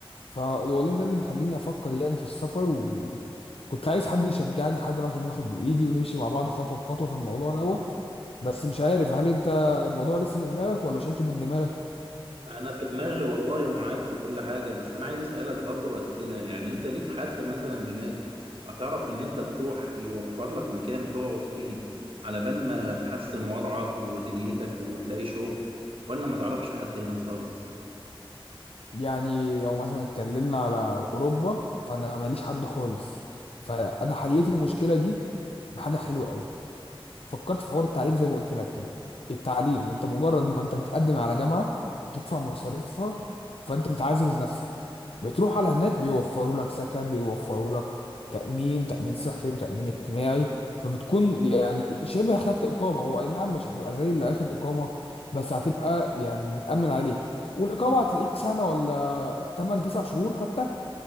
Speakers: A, on the left; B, on the right.
A: فوالله ده اللي مخليني افكر يعني في السفر وكنت عايز حد يشجعني حد مثلا ياخد بايدي ونمشي مع بعض خطوه بخطوه في الموضوع دوت بس مش عارف هل انت الموضوع لسه في دماغك ولا شلته من دماغك
B: انا في دماغي والله ومعاك وكل حاجه بس انا عايز اسالك برضو اسئله يعني انت ليك حد مثلا هناك هتعرف ان انت تروح يوفر لك مكان تقعد فيه على بال ما تحسن وضعك ودنيتك وتلاقي شغل ولا ما تعرفش حد هناك خالص
A: يعني لو مثلا اتكلمنا على اوروبا فانا ماليش حد خالص فانا حليت المشكله دي بحاجه حلوه قوي فكرت في حوار التعليم زي ما قلت لك كده التعليم انت مجرد ما انت بتقدم على جامعة وبتدفع مصاريفها فانت بتعزز نفسك بتروح على هناك بيوفروا لك سكن بيوفروا لك تأمين تأمين صحي وتأمين اجتماعي فبتكون يعني شبه خدت إقامة هو أي نعم مش هتبقى زي اللي أخد إقامة بس هتبقى يعني متأمن عليك والإقامة هتلاقيك سنة ولا 8 9 شهور خدتها